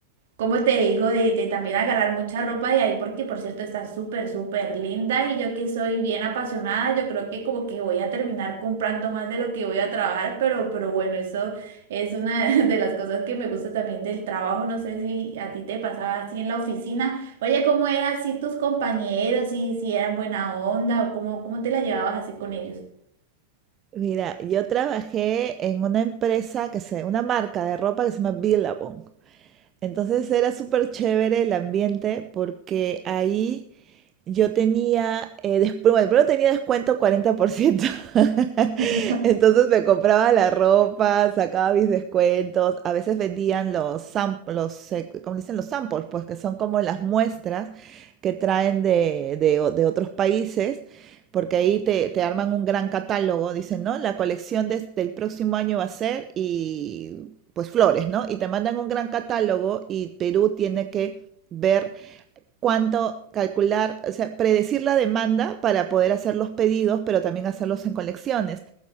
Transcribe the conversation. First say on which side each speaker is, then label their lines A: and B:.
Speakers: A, on the right; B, on the right.
A: como te digo, de, de también agarrar mucha ropa de ahí, porque por cierto está súper, súper linda y yo que soy bien apasionada, yo creo que como que voy a terminar comprando más de lo que voy a trabajar, pero, pero bueno, eso es una <laughs> de las cosas que me gusta también del trabajo, no sé si a ti te pasaba así en la oficina, oye, ¿cómo eran así tus compañeros? Si, si eran buena onda o cómo, cómo te la llevabas así con ellos.
B: Mira, yo trabajé en una empresa que se, una marca de ropa que se llama Billabong. Entonces era súper chévere el ambiente porque ahí Yo tenía, eh, después, bueno, primero tenía descuento cuarenta por ciento <laughs>
A: <laughs>
B: Entonces me compraba la ropa, sacaba mis descuentos. A veces vendían los samples, como dicen los samples, pues que son como las muestras que traen de, de o- de otros países, porque ahí te, te arman un gran catálogo. Dicen, ¿no? La colección des- del próximo año va a ser y pues flores, ¿no? Y te mandan un gran catálogo y Perú tiene que ver cuánto calcular, o sea, predecir la demanda para poder hacer los pedidos, pero también hacerlos en colecciones.